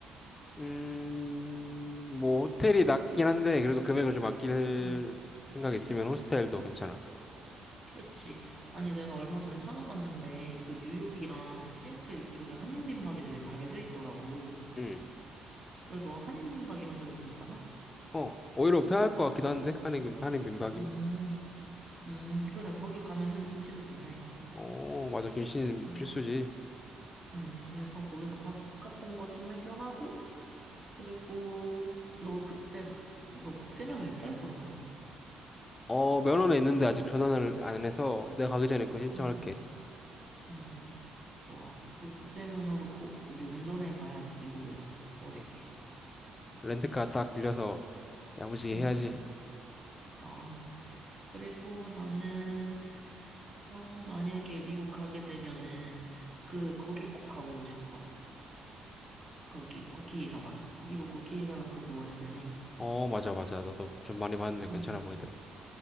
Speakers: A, on the left (about 25°); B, on the right (about 35°).
A: 음, 뭐, 호텔이 낮긴 한데, 그래도 금액을 좀 아낄
B: 응.
A: 생각이 있으면 호스텔도 괜찮아.
B: 그치. 아니, 내가 얼마 전에 찾아봤는데, 그 뉴욕이랑 시애틀 이쪽에 한인민박이 되게 잘 돼 있더라고.
A: 음,
B: 그래, 너 한인민박 이런 데도 괜찮아?
A: 어, 오히려 편할 것 같기도 한데, 한인, 한인 민박이면?
B: 음, 음, 그래, 거기 가면은 김치도 준대.
A: 어, 맞아. 김씨는
B: 음,
A: 필수지.
B: 음, 그래서 거기서 밥 같은 거 좀 해결하고, 그리고 너 그때, 너 국제면허 있다 했었나?
A: 어, 면허는 있는데 아직 전환을 안 해서 내가 가기 전에 그거 신청할게.
B: 응응, 응응. 좋아. 그 국제 면허로 꼭 우리 운전해 봐야지, 미국에서. 멋있게.
A: 응. 렌트카 딱 굴려서 야무지게
B: 응응.
A: 해야지.
B: 그럼. 그리고 나는, 어, 만약에 미국 가게 되면은, 그, 거기 꼭 가보고 싶어. 거기, 국회의사당. 미국 국회의사당 그렇게 멋있다며.
A: 어, 맞아, 맞아. 나도 좀 많이 봤는데
B: 응,
A: 괜찮아 보이더라.